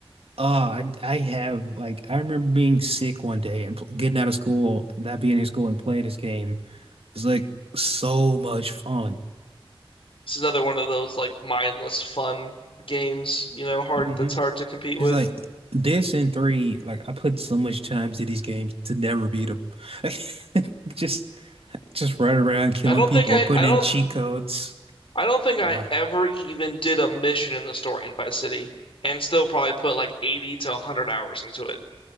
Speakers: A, on the right (about 80°); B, on the left (about 65°).
A: oh, I, I have like I remember being sick one day and pl- getting out of school, not being in school and playing this game. It's like so much fun.
B: This is another one of those like mindless fun games, you know, hard
A: hmm
B: that's hard to compete with.
A: It's like this and three, like I put so much time to these games to never beat them. <laughs> Just just running around killing
B: I don't
A: people
B: think I
A: or putting
B: I don't
A: in cheat codes.
B: I don't think
A: Uh,
B: I ever even did a mission in the story in Vice City and still probably put like 80 to 100 hours into it.